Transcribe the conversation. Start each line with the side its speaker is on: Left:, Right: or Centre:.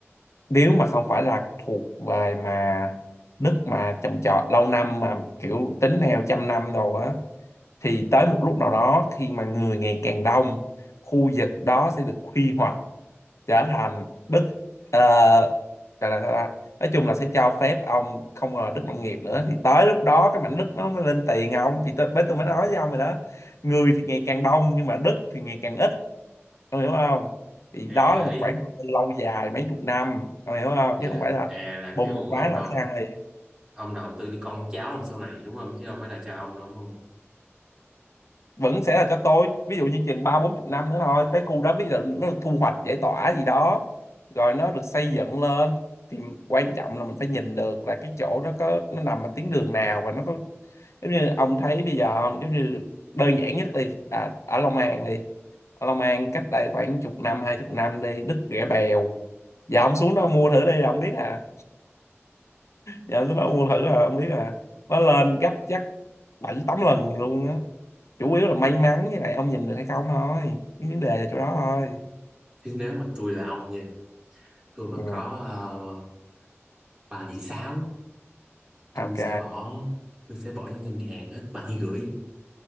Left: nếu mà không phải là thuộc về mà đất mà trồng trọt lâu năm mà kiểu tính theo trăm năm rồi á thì tới một lúc nào đó khi mà người ngày càng đông khu vực đó sẽ được quy hoạch trở thành đất ờ, gọi là sao ta nói chung là sẽ cho phép ông không còn là đất nông nghiệp nữa thì tới lúc đó cái mảnh đất nó mới lên tiền ông thì tôi mới tôi mới nói với ông rồi đó người thì ngày càng đông nhưng mà đất thì ngày càng ít ông hiểu không thì
Right: à
Left: đó là một
Right: ý
Left: khoảng đầu tư lâu dài mấy chục năm ông hiểu không
Right: vậy
Left: chứ không
Right: là,
Left: phải là
Right: à là
Left: bùng
Right: kiểu
Left: một
Right: ông
Left: cái là
Right: đầu
Left: ông sang liền.
Right: ông đầu tư cho con cháu ông sau này đúng không chứ không phải là cho ông đâu đúng không
Left: vẫn sẽ là cho tôi ví dụ như chừng ba bốn chục năm nữa thôi tới khu đó ví dụ nó được thu hoạch giải tỏa gì đó rồi nó được xây dựng lên thì quan trọng là mình phải nhìn được là cái chỗ nó có nó nằm ở tuyến đường nào và nó có giống như ông thấy bây giờ không giống như đơn giản nhất đi à, ở Long An đi ở Long An cách đây khoảng chục năm hai chục năm đi đứt Rẻ Bèo giờ ông xuống đó mua thử đi là ông biết à giờ ông xuống đó mua thử là ông biết à nó lên gấp chắc bảy tám lần luôn á chủ yếu là may mắn với lại ông nhìn được hay không thôi cái vấn đề là chỗ đó thôi
Right: chứ nếu mà tôi là ông nha tôi mà
Left: ừ.
Right: có uh, 3 tỷ 6, tôi
Left: à, ok
Right: sẽ bỏ tôi sẽ bỏ với ngân hàng hết ba tỷ rưỡi